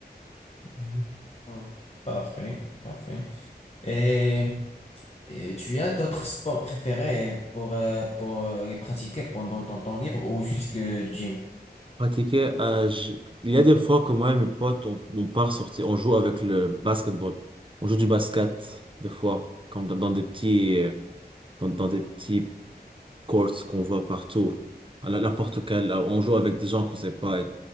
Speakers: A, on the left; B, on the right.
A: mhm. Hein. Parfait, parfait. Et, et tu as d'autres sports préférés pour, euh, pour euh, les pratiquer pendant ton temps libre ou juste le gym?
B: Pratiquer, euh, je- il y a des fois que moi et mes potes, on, on part sortir, on joue avec le basketball. On joue du basket, des fois, comme dans, dans des petits, euh, dans, dans des petits courts qu'on voit partout. À la- N'importe quel, euh, on joue avec des gens qu'on sait pas. et